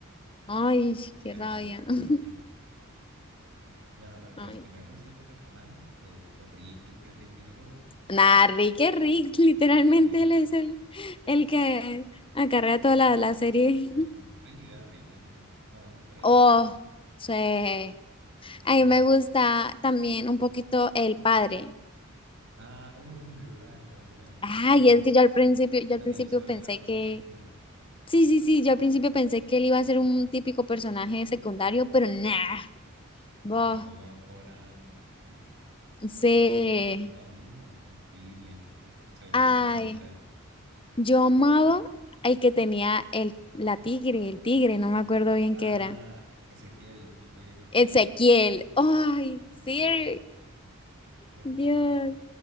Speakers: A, on the left; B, on the right.
A: Ay, qué
B: Pero,
A: rabia.
B: pero
A: <laughs>
B: pues sí. Bueno, eh, pues
A: Ay.
B: que me guste otro personaje, pues, pues Rick, es que Rick es God.
A: Nah, Rick es Rick, <laughs> literalmente
B: Eh,
A: él es el, el que acarrea
B: <laughs>
A: toda la, la serie.
B: Sí,
A: <laughs>
B: sí, Rick y Darryl, esos dos. Bueno, esos tres.
A: Oh, sí. A
B: No creo.
A: mí me gusta también un poquito el padre.
B: Ah, uy, verdad, el padre también
A: Ay,
B: es bueno.
A: es que yo al principio, yo
B: Al
A: al principio
B: inicio
A: pensé
B: era
A: que,
B: rabia.
A: sí, sí, sí, yo al principio pensé que él iba a ser un típico personaje secundario, pero nah,
B: No,
A: boh,
B: luego como cobra un, uf, cobra
A: sí.
B: un, un protagonismo increíble. Es- se vuelve
A: Ay,
B: Prime, literal.
A: yo amaba el que tenía el, la tigre, el tigre, no me acuerdo bien
B: Ah,
A: qué era.
B: Ezequiel, el rey Ezequiel.
A: Ezequiel, ay,
B: Sí,
A: sí,
B: sí, era
A: Dios,
B: chévere.